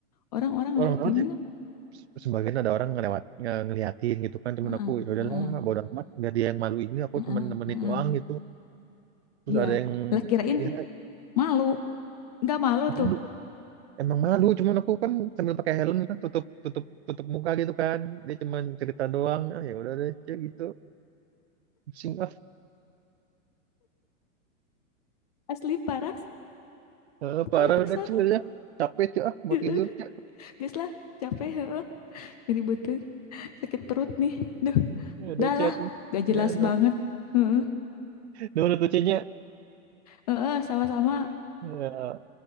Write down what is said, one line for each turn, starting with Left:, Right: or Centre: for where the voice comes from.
Left: Orang-orang
Right: Orang
Left: lewat
Right: lewat
Left: gimana?
Right: ya, se- sebagian ada orang ngelewat, nge ngeliatin gitu kan. Cuman
Left: Heeh,
Right: aku ya udahlah
Left: heeh,
Right: bodo amat. Biar dia yang malu ini aku cuman
Left: heeh,
Right: nemenin
Left: heeh.
Right: doang gitu. Terus
Left: Iya,
Right: ada yang
Left: lah kirain
Right: ya
Left: malu. Nggak malu tuh.
Right: malu. emang malu cuman aku kan sambil pakai helm kan tutup tutup tutup muka gitu kan dia cuman cerita doang ah ya udah deh Cek, gitu pusing
Left: Asli parah.
Right: Eh,
Left: Parah
Right: parah
Left: pisan
Right: udah cuy
Left: lah.
Right: ya. Capek cuy ah, mau
Left: Heeh.
Right: tidur cuy.
Left: Geus lah, capek heeh. Nyeri beuteung, sakit perut nih. Duh,
Right: Ya, udah
Left: dah
Right: chat
Left: lah,
Right: lu.
Left: gak jelas
Right: Ya, no.
Left: banget. Heeh,
Right: No, udah tuh chatnya.
Left: heeh, sama-sama.
Right: Ya.